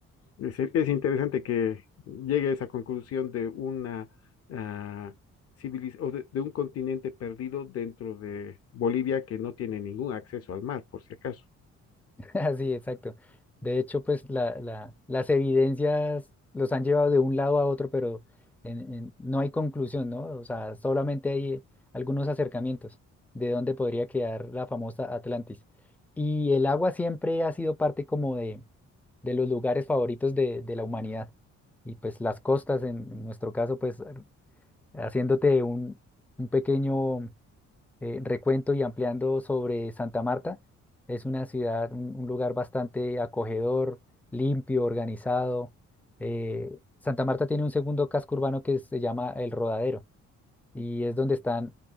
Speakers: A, on the left; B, in the centre.
A: es, es interesante que llegue a esa conclusión de una ah, civiliz- o de, de un continente perdido dentro de Bolivia que no tiene ningún acceso al mar, por si acaso.
B: <laughs> Así, exacto. De hecho, pues la, la- las evidencias los han llevado de un lado a otro, pero en- en- no hay conclusión, ¿no? O sea, solamente hay algunos acercamientos de dónde podría quedar la famosa Atlantis. Y el agua siempre ha sido parte como de, de los lugares favoritos de, de la humanidad. Y pues las costas, en, en nuestro caso, pues haciéndote un, un pequeño eh, recuento y ampliando sobre Santa Marta. Es una ciudad, un, un lugar bastante acogedor, limpio, organizado. Eh, Santa Marta tiene un segundo casco urbano que se llama El Rodadero y es donde están